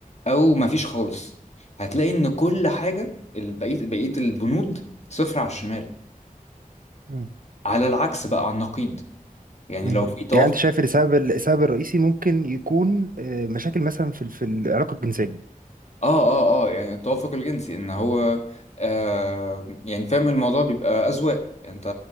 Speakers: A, on the left; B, on the right.
A: او مفيش خالص هتلاقي ان كل حاجة البقية بقية البنود صفر على الشمال
B: مم.
A: على العكس بقى على النقيض يعني
B: مم.
A: لو في توافق
B: يعني انت شايف السبب السبب الرئيسي ممكن يكون آه، مشاكل مثلا في ال- في العلاقه الجنسيه
A: اه اه اه يعني التوافق الجنسي ان هو آه يعني فاهم الموضوع بيبقى اذواق يعني انت